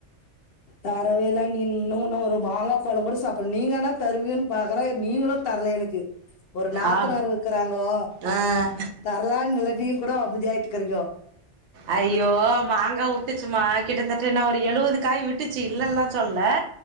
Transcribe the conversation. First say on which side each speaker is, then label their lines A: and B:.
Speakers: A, on the left; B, on the right.
A: தரவே இல்ல அண்ணி இன்னும் ஒரு மாங்கா பழம் கூட சாப்பல்ல நீங்க ஆனா தருவீன்னு பாக்குறே நீங்களு தரல எனக்கு ஒரு நாத்தனார்
B: ஆ
A: இருக்குறாங்கோ
B: ஆஹ்
A: தரலான்னு இல்லாட்டி கூட அமைதியாயிட்டுக்கிறீங்கோ
B: ஐயோ மாங்கா விட்டுச்சுமா கிட்டத்தட்ட என்ன ஒரு எழுவதுக் காய் விட்டுச்சு இல்லல்லா சொல்ல